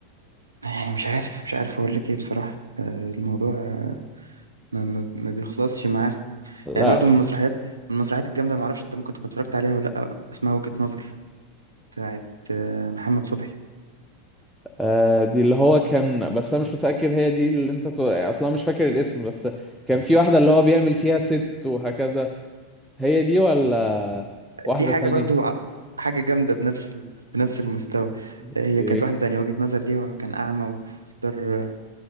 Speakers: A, on the right; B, in the centre.
A: آه، يعني مش عارف مش عارف أقول لك إيه بصراحة آه، الموضوع آه، ما, ما, ما بيخلصش معاه
B: لا
A: يعني برضو من المسرحيات من المسرحيات الجامدة معرفش أنت ممكن تكون اتفرجت عليها ولا لأ اسمها وجهة نظر بتاعت آه، محمد صبحي
B: آه دي اللي هو كان بس انا مش متأكد هي دي اللي انت تو... يعني اصلا مش فاكر الاسم بس كان في واحدة اللي هو بيعمل فيها ست وهكذا هي دي ولا واحدة
A: دي حاجة
B: تانية
A: برضو ع- حاجة جامدة بنفس ال- بنفس المستوى آه،
B: اوكي
A: هي كانت واحدة تانية وجهة نظر دي وكان أعمى وفي دار